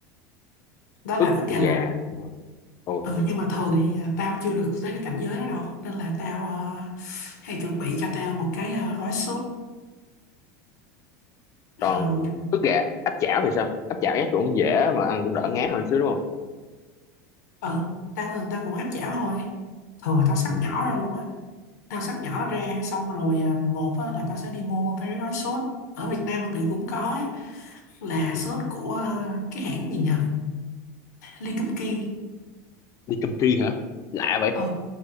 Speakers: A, on the left (about 80°); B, on the left (about 35°).
A: đó
B: ức
A: là ức gà
B: gà
A: luộc
B: đúng không? ok
A: ừ nhưng mà thường thì uh, tao chưa được tới cái cảnh giới đó đâu nên là tao uh, hay chuẩn bị cho tao một cái uh, gói súp Ờ,
B: còn ức gà áp chảo thì sao áp chảo chắc cũng dễ mà ăn cũng đỡ ngán hơn xíu đúng không
A: ừ tao thường tao cũng áp chảo thôi thường là tao xắt
B: ừ.
A: nhỏ ra luôn á tao xắt nhỏ ra xong rồi à, một á, là tao sẽ đi mua mấy cái gói sốt ở Việt Nam tao nghĩ cũng có á, là
B: Ừ.
A: sốt của à, cái hãng gì nhỉ Ly Kim Ki
B: đi cơm tri hả lạ vậy
A: ừ